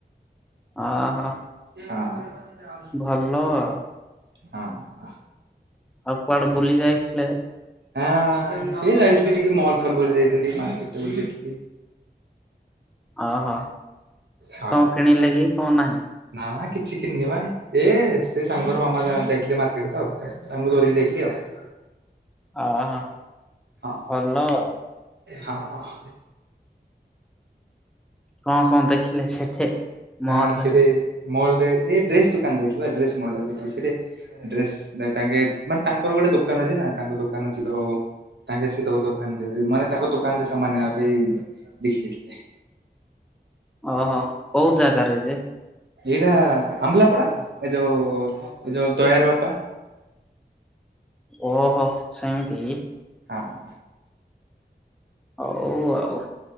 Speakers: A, in the centre; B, on the right.
A: ଅହ।
B: ହଁ।
A: ଭଲ ଆଉ।
B: ହଁଅଁ।
A: ଆଉ କୁଆଡେ ବୁଲି ଯାଇଥିଲେ?
B: ହାଁ ଏଇ ଯାଇଥିଲି ଟିକେ ମଲ୍ ଫଲ୍ ବୁଲି ଯାଇଥିଲି ଟିକେ ମାର୍କେଟ ବୁଲି ଯାଇଥିଲି।
A: ଅହ
B: ହଁ।
A: କଣ କିଣିଲେ କି କଣ ନାହିଁ?
B: ନା କିଛି କିଣନି ମ ଏ ସେ ସାଙ୍ଗର ମାମା ଯାହା ଯାଇଥିଲେ ମାର୍କେଟ ତ ତାଙ୍କୁ ଧରିକି ଯାଇଥିଲି ଆଉ।
A: ଅହ।
B: ହଁ
A: ଭଲ।
B: ହଁ ହଁ।
A: କଣ କଣ ଦେଖିଲେ ସେଠି? ମହଲରେ
B: ଆଁ ସେଠି ମଲରେ ଏଇ ଡ୍ରେସ ଦୋକାନ ଯାଇଥିଲି ପା ଡ୍ରେସ ମଲଟା ଯାଇଥିଲି ସେଠି ଡ୍ରେସ ନା ତାଙ୍କେ ମାନେ ତାଙ୍କର ଗୋଟେ ଦୋକାନ ଅଛି ନା ତାଙ୍କ ଦୋକାନ ଅଛି ତ ତାଙ୍କେ ସେ ଦୋ ଦୋକାନରେ ମାନେ ତାଙ୍କ ଦୋକାନରେ ସାମାନ ନେବା ପାଇଁ ଦେଖି ଯାଇଥିଲେ।
A: ଓହୋ କୋଉ ଜାଗାରେ ଯେ?
B: ଏଇରା ଆମ୍ଲାପଡା ଏ ଯୋଉ ଏ ଯୋଉ ଦୟାର ବାପା
A: ଓହୋ ସେମିତି
B: ହଁ।
A: ହୋଉ ଆଉ।